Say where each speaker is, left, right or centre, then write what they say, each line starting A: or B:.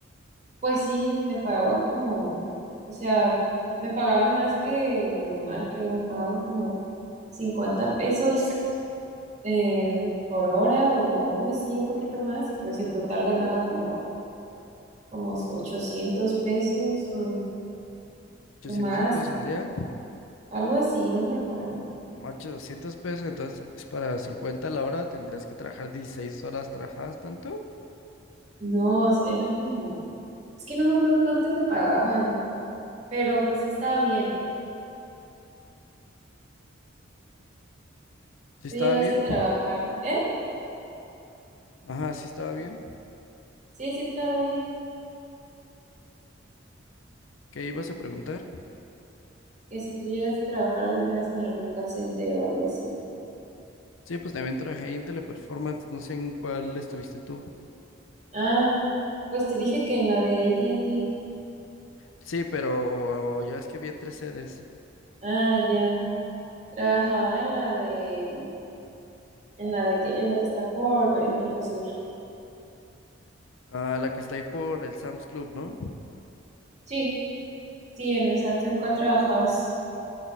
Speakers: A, on the right (about 35°); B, on the left (about 80°).
A: Pues sí, me pagaban como, o sea, me pagaban más que lo normal, creo, me pagaban como 50 pesos eh, por hora o algo así, un poquito más, y pues en total ganaba como, como 800 pesos o
B: 800
A: o más,
B: pesos al día,
A: algo así, no me acuerdo.
B: 800 pesos, entonces es para 50 la hora tendrías que trabajar 16 horas trabajadas, ¿tanto?
A: No, era como, es que no me acuerdo cuánto me pagaban, pero pues sí estaba bien.
B: ¿Sí
A: Tú
B: estaba
A: llegaste
B: bien?
A: a trabajar, ¿eh?
B: Ajá, sí estaba bien.
A: Sí, sí estaba bien.
B: ¿Qué ibas a preguntar?
A: Que si tú llegaste a trabajar alguna vez en algún call center o algo así.
B: Sí, pues también trabajé ahí en Teleperformance, no sé en cuál estuviste tú.
A: Ah, pues te dije que en la de AT&T.
B: Sí, pero yo es que vi en tres sedes.
A: Ah, ya. Trabajaba en la de, en la de que, en la que está por Periférico Sur.
B: Ah, la que está ahí por el Sam's Club, ¿no?
A: Sí, sí, en esa. ¿Tú en cuál trabajabas?